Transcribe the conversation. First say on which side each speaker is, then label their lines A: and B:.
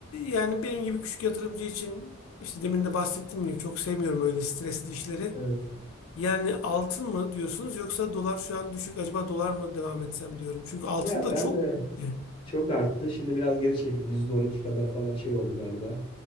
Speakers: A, on the left; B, on the left.
A: yani benim gibi küçük yatırımcı için işte demin de bahsettim ya çok sevmiyorum öyle stresli işleri.
B: Evet.
A: Yani altın mı diyorsunuz yoksa dolar şu an düşük acaba dolar mı devam etsem diyorum. Çünkü altın
B: Ya
A: da
B: ben
A: çok
B: de
A: gitti.
B: Çok arttı. Şimdi biraz geri çekildi. %12 kadar falan şey oldu galiba.